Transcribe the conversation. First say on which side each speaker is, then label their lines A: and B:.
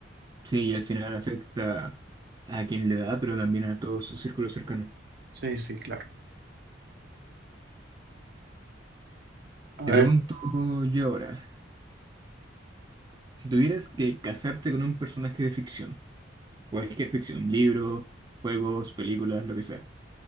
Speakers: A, on the right (about 20°); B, on the right (about 55°).
A: sí, y al final afecta a quien le da, pero también a todo su círculo cercano.
B: Sí, sí, claro. A
A: Te
B: ver,
A: pregunto yo ahora, si tuvieras que casarte con un personaje de ficción, Cualquier ficción, libros, juegos, películas, lo que sea.